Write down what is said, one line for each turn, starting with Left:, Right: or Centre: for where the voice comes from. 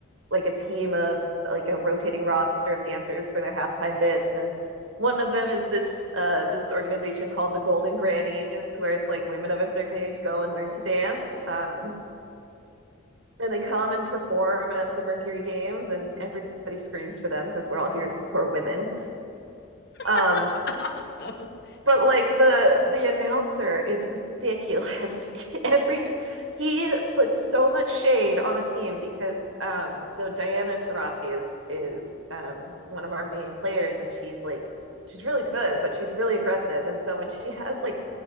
Right: like a team of like a rotating roster of dancers for their halftime bits and one of them is this uh this organization called the Golden Grannies where it's like women of a certain age go and learn to dance um and they come and perform at the Mercury Games and everybody screams for them because we're all here to support women um
Left: <laughs> That's awesome.
Right: But like the the announcer is ridiculous. <laughs> Every t he puts so much shade on the team because um so Diana Taurasi is is um one of our main players and she's like she's really good, but she's really aggressive. And so when she <laughs> has like